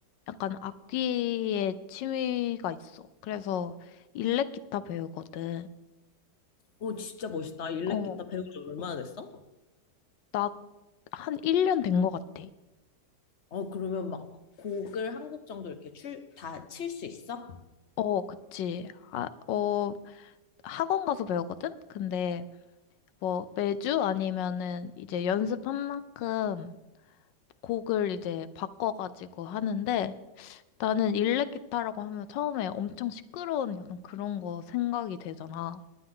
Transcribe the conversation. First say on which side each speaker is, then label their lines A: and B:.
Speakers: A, on the left; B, on the left.
A: 약간 악기에 취미가 있어. 그래서 일렉 기타 배우거든.
B: 오, 진짜 멋있다. 일렉
A: 어.
B: 기타 배운 지 얼마나 됐어?
A: 나 한 1년 된 거 같아.
B: 어, 그러면 막 곡을 한 곡 정도 이렇게 출, 다 칠 수 있어?
A: 어, 그치. 아, 어, 학원 가서 배우거든? 근데 뭐 매주 아니면은 이제 연습한 만큼 곡을 이제 바꿔가지고 하는데 나는 일렉 기타라고 하면 처음에 엄청 시끄러운 약간 그런 거 생각이 되잖아.